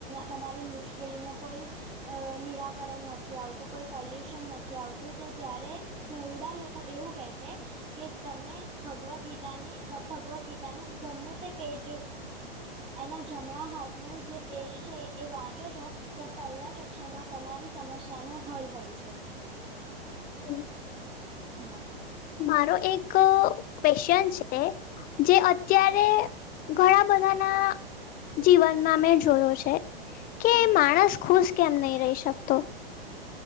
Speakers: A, on the right; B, on the left.
A: તમારી મુશ્કેલીનો કોઈ- અ નિરાકરણ નથી આવતું, કોઈ સોલ્યુશન નથી આવતું તો, ત્યારે ઘરડા લોકો- એવું કહે છે! કે તમે ભગવદ ગીતાની ભગવદ્ ગીતાનું ગમે તે પેજ એના જમણા હાથનું જે પેજ છે એ વાંચો છો? ત્યાં પહેલા જ અક્ષરમાં તમારી સમસ્યાનો હલ હોય છે.
B: હમ્મ
A: હા.
B: મારો એક ક્વેશચન છે? જે અત્યારે ઘણા બધાના જીવનમાં મે જોયો છે, કે
A: હા
B: માણસ ખુશ કેમ નહી રહી શકતો?